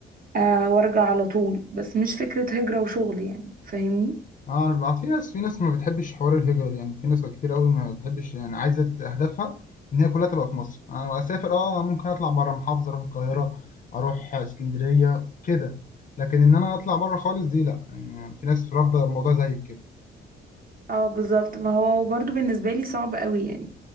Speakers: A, on the right; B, on the left.
A: آه، وأرجع على طول بس مش فكرة هجرة وشغل يعني فاهمني
B: اه أنا بقى في ناس في ناس ما بتحبش حوار الهجرة يعني في ناس كتير قوي ما بتحبش يعني عايزة أهدافها إن هي كلها تبقى في مصر أنا أسافر اه ممكن أطلع بره محافظة أروح القاهرة أروح اسكندرية كده لكن إن أنا أطلع بره خالص دي لأ يعني في ناس رافضة الموضوع زي كده
A: اه بالظبط ما هو برضو بالنسبة لي صعب قوي يعني